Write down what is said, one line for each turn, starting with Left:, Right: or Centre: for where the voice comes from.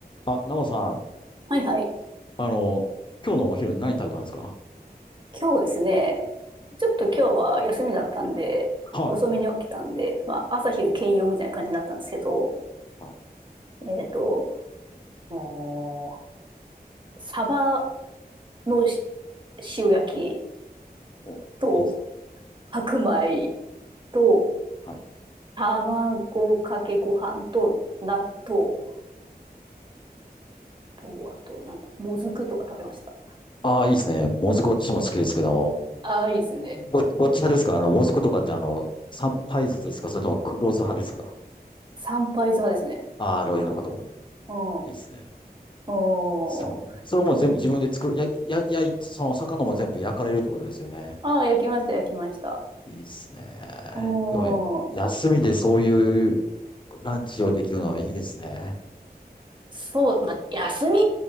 Left: あ、ナオさん、
Right: はいはい。
Left: あの、今日のお昼何食べたんですか
Right: 今日ですね、ちょっと今日は休みだったんで、
Left: は
Right: 遅めに起きたんで、まあ、朝昼兼用みたいな感じになったんですけど、
Left: い。はい。
Right: えっと、もうサバのし塩焼き
Left: お、
Right: と
Left: いいですね。
Right: 白米と
Left: はい。
Right: 卵かけご飯と納豆と、あとなんだ、もずくとか食べました。
Left: ああ、いいですね。もずく私も好きですけども。
Right: ああ、いいですよね。
Left: ご、ごっち派ですかあの、もずくとかってあの、三杯酢ですかそれとも黒酢派ですか
Right: 三杯酢派ですね。
Left: ああー、なるほど。
Right: うん。
Left: いいですね。
Right: お
Left: そうなんそれも全部自分で作る、
Right: ー
Left: や、や、やい、その魚も全部焼かれるってことですよね。
Right: ああ、焼きました、焼きました。
Left: いいですね。
Right: おー。
Left: でも、休みでそういうランチをできるのはいいですね。
Right: そう、まあ、休み